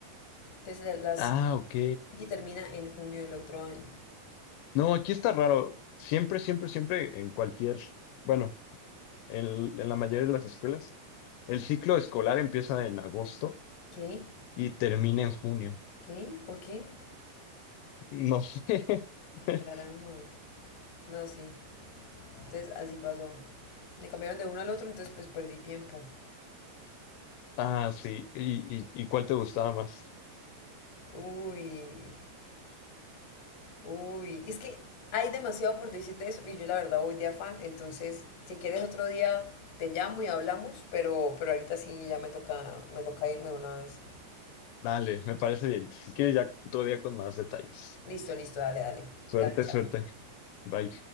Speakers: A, on the left; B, on the left.
A: Entonces la- las
B: Ah, ok.
A: y termina en junio del otro año.
B: No, aquí está raro. Siempre, siempre, siempre en cualquier, bueno. en en la mayoría de las escuelas. El ciclo escolar empieza en agosto
A: ¿Qué?
B: y termina en junio.
A: ¿Qué? ¿Por qué?
B: No sé. <laughs>
A: ¿Qué carajos? No, sí. Entonces así pasó. Me cambiaron de uno al otro, entonces pues perdí tiempo.
B: Ah, sí. ¿Y, y, y cuál te gustaba más?
A: Uy. Uy, es que hay demasiado por decir de eso y yo la verdad voy de afán, entonces si quieres otro día te llamo y hablamos, pero, pero ahorita sí ya me toca, me toca irme de una vez.
B: Dale, me parece bien. Si quieres, ya otro día con más detalles.
A: Listo, listo, dale, dale.
B: Suerte,
A: Dale, chao.
B: suerte. Bye.